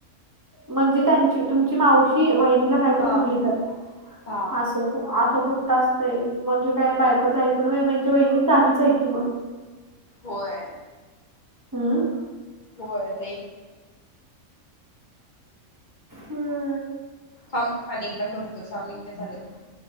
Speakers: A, on the right; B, on the left.
A: म्हणजे त्यांची तुमची मावशी वहिणीला काय
B: हा
A: तर म्हटली तर
B: हा
A: आस आसं कुठ आसतय म्हणजे काय बायकच ऐकून म्हणजे वहिणी चालूच आहे की मग
B: होय
A: हुम्म
B: होय लई
A: हुम्म
B: थांब आने एकदा करतो सहा मिनट झालेत